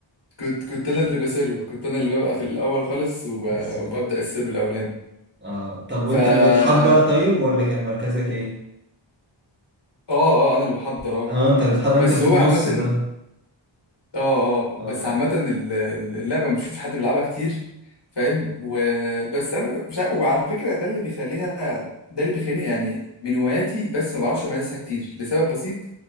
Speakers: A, on the left; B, on the right.
A: كنت كنت انا اللي بسيرف كنت انا اللي ببقى في الاول خالص وب...
B: بس-
A: وببدا السيرف الاولاني
B: اه طب وانت
A: فا اه
B: اللي بتحضر طيب ولا كان مركزك ايه
A: اه انا اللي بحضر اه
B: اه انت اللي بتحضر
A: بس
B: انت اللي في
A: هو
B: النص
A: عامه
B: ده
A: اه اه بس
B: اه
A: عامه ال- ال- اللعبه ما بشوفش حد بيلعبها كتير فاهم وبس انا مش عارف وعلى فكره ده اللي بيخليها ده اللي بيخليني يعني من هواياتي بس ما بعرفش امارسها كتير لسبب بسيط